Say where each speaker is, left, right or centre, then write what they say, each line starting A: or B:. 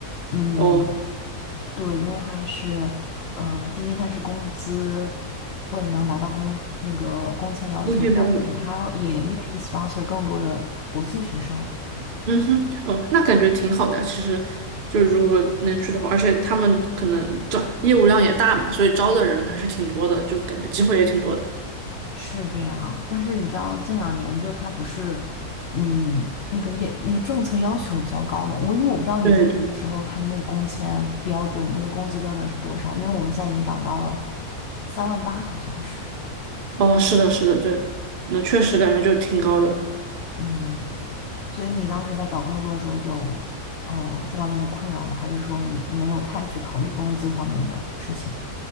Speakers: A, on the left; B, on the right.
A: 嗯，
B: 哦，
A: 对，因为还是，呃，第一它是工资会能达到工那个工签要求，
B: 中间标准。
A: 第二就是它也愿意 sponsor 更多的国际学生。
B: 嗯哼，哦，那感觉挺好的啊。其实，就如果能去的话，而且他们可能招业务量也大嘛，所以招的人还是挺多的，就感觉机会也挺多的。
A: 是这样，但是你知道这两年就他不是，嗯，那个业那个政策要求比较高嘛。我因为我不知道你入职的时候他们那个工签标准，
B: 对对，
A: 那个工资标准是多少，因为我们现在已经涨到了三万八，好像是。
B: 哦，是的，是的，对，那确实感觉就挺高的。
A: 嗯，所以你当时在找工作的时候有嗯、呃这方面的困扰吗？还是说你没有太去考虑工资方面的事情？